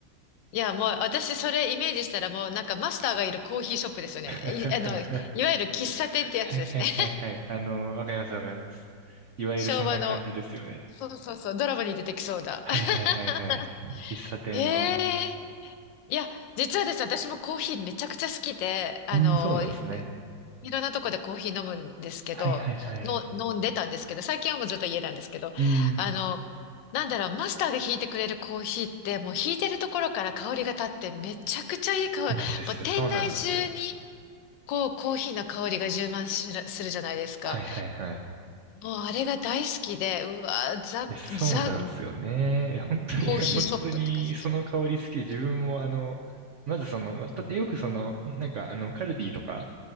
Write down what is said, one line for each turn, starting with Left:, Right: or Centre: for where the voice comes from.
Left: いや、もう私それイメージしたらもうなんかマスターがいるコーヒーショップですよね。
Right: は
Left: い、あの、いわゆる喫茶店ってやつですね。
Right: いはいはいはい。
Left: <laughs>
Right: あの、わかりますわかります。いわゆるそんな感じですよね。
Left: 昭和の。そうそうそう、ドラマに出てきそうだ。
Right: はいはいはいはい。
Left: <laughs>
Right: 喫茶店の。
Left: ええいや、実はですね、私もコーヒーめちゃくちゃ好きで、あの、
Right: うん、そうなんですね。
Left: いいろんなとこでコーヒー飲むんですけど、
Right: はいはいはい。
Left: の、飲んでたんですけど、最近はもうずっと家なんですけど、
Right: うん。
Left: あの、なんだろう、マスターが引いてくれるコーヒーって、もう引いてるところから香りが立って、めちゃくちゃいい香り、
Right: そうなんですよ、
Left: もう店内中に、
Right: そうなんですよ。
Left: こう、コーヒーの香りが充満しるするじゃないですか。
Right: はいはいはい。
Left: もうあれが大好きで、うわー、ザ、
Right: いや、そうなんですよね。
Left: ザ、
Right: いや、本当に、
Left: コーヒーショップって感じですよね。
Right: いや、本当に、その香り好きで、自分も、あの、まずその、また、よくその、なんか、あの、カルディとか、